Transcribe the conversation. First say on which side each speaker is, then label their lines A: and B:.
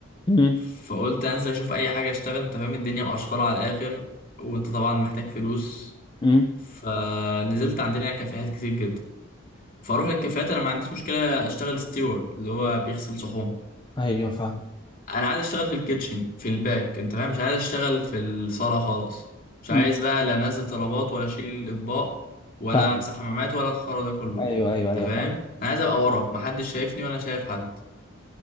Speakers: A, on the left (about 25°); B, on the left (about 45°).
A: م- م-
B: فقلت انزل اشوف اي حاجه اشتغل انت فاهم الدنيا مقشفره على الاخر وانت طبعا محتاج فلوس
A: م.
B: فنزلت عندنا كافيهات كتير جدا فاروح للكافيهات انا ما عنديش مشكله اشتغل ستيوارد اللي هو بيغسل صحون
A: ايوه فاهم
B: انا عايز اشتغل في الكيتشن في الباك انت فاهم مش عايز اشتغل في الصاله خالص مش
A: م.
B: عايز بقى لا انزل طلبات ولا اشيل اطباق ولا
A: فاهم
B: امسح حمامات ولا الخرا ده كله
A: ايوه ايوه
B: انت
A: ايوه
B: فاهم
A: فاهم
B: انا عايز ابقى ورا محدش شايفني ولا أنا شايف حد